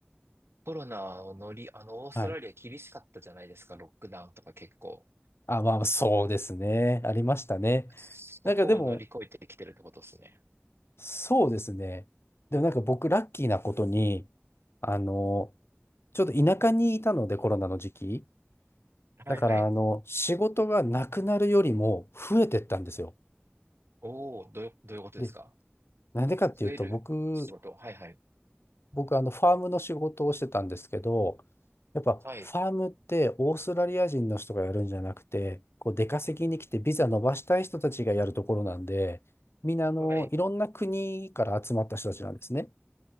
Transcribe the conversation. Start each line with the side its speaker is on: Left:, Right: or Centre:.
Right: コロナを乗り、あの、オーストラリア厳しかったじゃないですか、
Left: はい。
Right: ロックダウンとか結構。
Left: あ、まあ、そうですね。ありましたね。
Right: そこを乗り越えてきてるってことですね。
Left: なんかでも、そうですね。でもなんか僕、ラッキーなことに、あの、ちょっと田舎にいたので、コロナの時期。
Right: はいはい。
Left: だから、あの、仕事がなくなるよりも増えてったんですよ。
Right: おお、どう、どういうことですか
Left: で、なんでかっていうと、
Right: 増える仕事。
Left: 僕、
Right: はいはい。
Left: 僕、あの、ファームの仕事をしてたんですけど、やっぱ、
Right: はい。
Left: ファームってオーストラリア人の人がやるんじゃなくて、こう、出稼ぎに来てビザ伸ばしたい人たちがやるところなんで、みんな、あの、
Right: はい。
Left: いろんな国から集まった人たちなんですね。